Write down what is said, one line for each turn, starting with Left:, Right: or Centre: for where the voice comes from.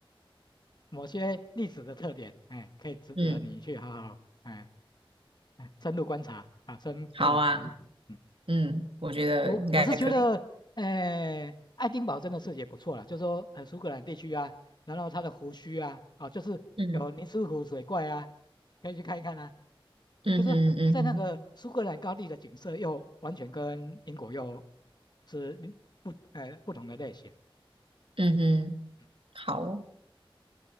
Left: 某些历史的特点，哎，可以值得你去好好哎
Right: 嗯，
Left: 哎深入观察啊，深刻体悟，
Right: 好啊，
Left: 嗯。
Right: 嗯，我觉得应该可以。
Left: 我我是觉得，呃，爱丁堡真的是也不错啦，就是说呃苏格兰地区啊，然后它的湖区啊，啊就是有尼斯湖水怪啊，
Right: 嗯
Left: 可以去看一看啊。
Right: 嗯哼嗯哼
Left: 就是说在那个苏格兰高地的景色又完全跟英国又是嗯不呃不同的类型。
Right: 嗯哼。
Left: 嗯
Right: 好，